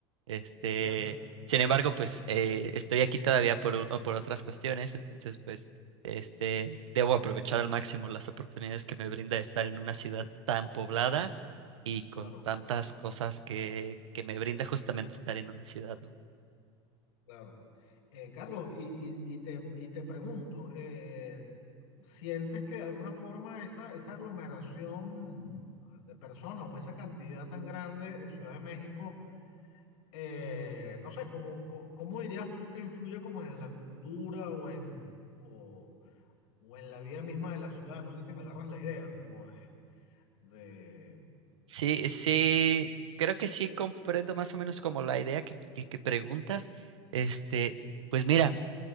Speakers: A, on the right; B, on the left.
A: Este,
B: ¿Me entiendo?
A: sin embargo, pues eh, estoy aquí todavía por, u- por otras cuestiones, entonces pues este, debo aprovechar al máximo las oportunidades que me brinda estar en una ciudad tan poblada y con
B: Claro,
A: tantas cosas que, que me brinda justamente estar en una ciudad, ¿no?
B: claro. Eh, Carlos, y, y- y te, y te pregunto, eh, ¿sientes que de alguna forma esa, esa aglomeración de personas o esa cantidad tan grande en Ciudad de México, eh, no sé, ¿cómo, co- cómo dirías tú que influye como en la cultura o en... o- o en la vida misma de la ciudad, no sé si me agarras la idea, como de, de,
A: Sí, sí, creo que sí comprendo más o menos como la idea que, que- que preguntas. Este, pues mira,